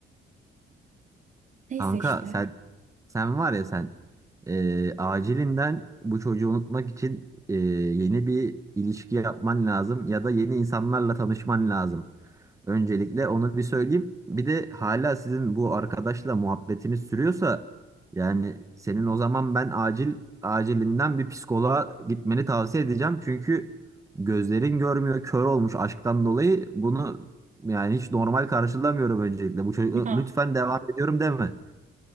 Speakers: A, on the right; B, on the right.
A: Neyse
B: Kanka
A: işte.
B: sen Sen var ya sen eee, acilinden bu çocuğu unutmak için eee, yeni bir ilişki yapman lazım ya da yeni insanlarla tanışman lazım. Öncelikle onu bir söyleyeyim. Bir de hala sizin bu arkadaşla muhabbetiniz sürüyorsa yani senin o zaman ben acil acilinden bir psikoloğa gitmeni tavsiye edeceğim. Çünkü gözlerin görmüyor, kör olmuş aşktan dolayı. Bunu yani hiç normal karşılamıyorum öncelikle. Bu çocuk
A: <laughs>
B: lütfen devam ediyorum deme.